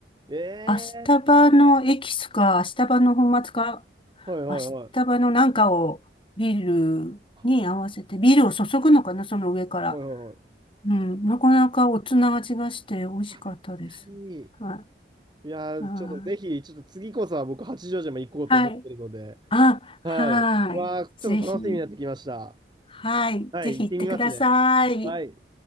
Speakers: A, on the right (about 25°); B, on the left (about 30°).
A: ええ
B: 明日葉のエキスか、明日葉の粉末か、
A: ーはいはいはい。
B: 明日葉のなんかをビールに合わせて、
A: あ、
B: ビールを注ぐのかな、その上から。
A: はいはいはい。
B: うん、なかなかおつな味がして美味しかったです。
A: あ、めっちゃいい。い
B: はい。
A: やー、
B: あ
A: ちょっとぜひ、ちょっと次こそは僕、八丈島行こうと思ってるので、
B: はい。あ、
A: はい。
B: はい。
A: わー、
B: ぜひ、
A: ちょっと楽しみになってきました。
B: はい。
A: はい、
B: ぜひ行ってください。
A: 行ってみますね。はい。